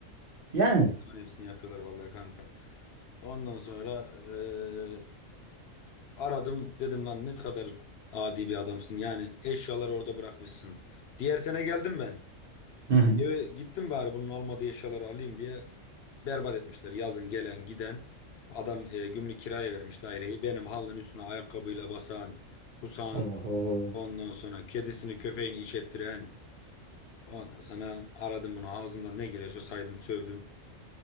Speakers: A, on the right; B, on the left.
A: Yani
B: Her zaman hepsini yapıyorlar vallahi kanka. Ondan sonra eee, aradım dedim lan ne kadar adi bir adamsın. Yani eşyaları orada bırakmışsın. Diğer sene geldim ben.
A: Hı hı.
B: Eve gittim bari bunun olmadığı eşyaları alayım diye berbat etmişler. Yazın gelen giden adam eee, günlük kiraya vermiş daireyi. Benim halının üstüne ayakkabıyla basan, kusan,
A: Oho.
B: ondan sonra kedisini köpeğini işettiren. Ondan sonra aradım bunu ağzımdan ne geliyorsa saydım sövdüm.